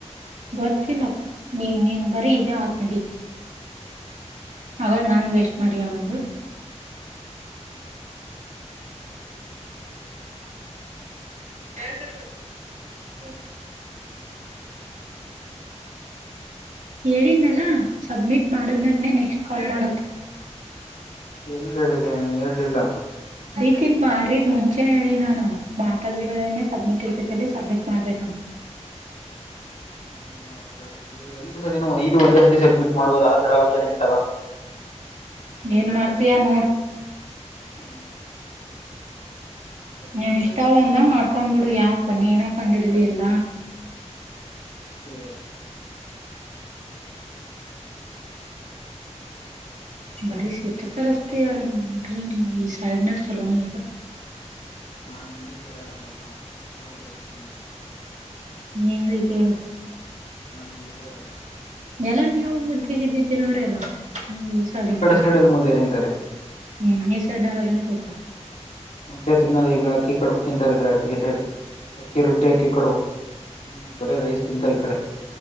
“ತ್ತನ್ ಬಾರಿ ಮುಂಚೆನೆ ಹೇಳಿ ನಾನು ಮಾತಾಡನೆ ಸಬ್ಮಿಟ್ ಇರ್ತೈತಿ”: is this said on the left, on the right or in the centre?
Right